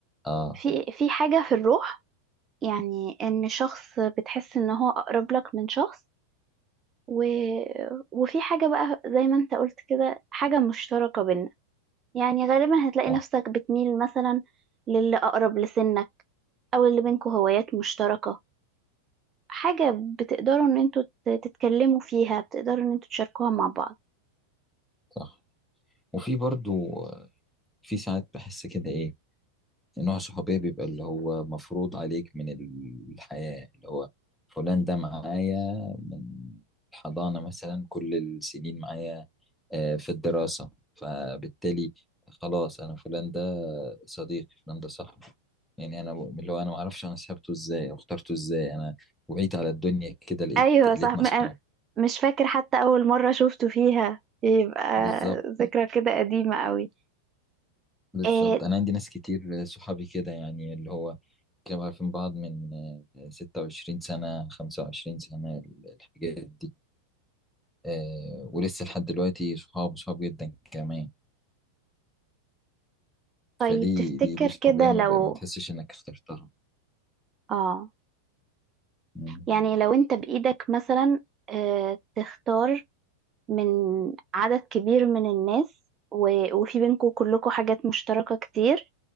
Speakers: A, in the centre; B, on the right.
A: اه
B: في في حاجة في الروح يعني إن شخص بتحس إن هو أقرب لك من شخص و... وفي حاجة بقى زي ما انت قلت كده حاجة مشتركة بينا يعني غالبا هتلاقي
A: صح
B: نفسك بتميل مثلا للي أقرب لسنك أو اللي بينكوا هوايات مشتركة حاجة بتقدروا ان انتوا ت- تتكلموا فيها بتقدروا ان انتوا تشاركوها مع بعض
A: صح وفي برضو آه، في ساعات بحس كده إيه نوع صحوبية بيبقى اللي هو مفروض عليك من الحياة اللي هو فلان ده معايا من الحضانة مثلا كل السنين معايا آه، في الدراسة فبالتالي خلاص أنا فلان ده صديقي فلان ده صاحبي يعني أنا اللي هو أنا معرفش أنا سحبته إزاي أو اخترته إزاي أنا وعيت على الدنيا كده لقيت
B: ايوه
A: لقيتنا
B: صح م-
A: أصحاب
B: مش فاكر حتى أول مرة شفتوا فيها يبقى
A: بالظبط
B: ذكرى كده قديمة قوي
A: بالظبط
B: إيه
A: انا عندي ناس كتير صحابي كده يعني اللي هو كانوا عارفين بعض من آه، 26 سنة 25 سنة ال- الحاجات دي آه، ولسه لحد دلوقتي صحاب صحاب جدا كمان
B: طيب
A: فدي
B: تفتكر
A: دي دي صحابية
B: كده
A: ما
B: لو
A: ب- ما بتحسش انك اخترتها
B: اه
A: مم.
B: يعني لو انت بإيدك مثلا آه، تختار من عدد كبير من الناس و- وفي بينكم كلكم حاجات مشتركة كتير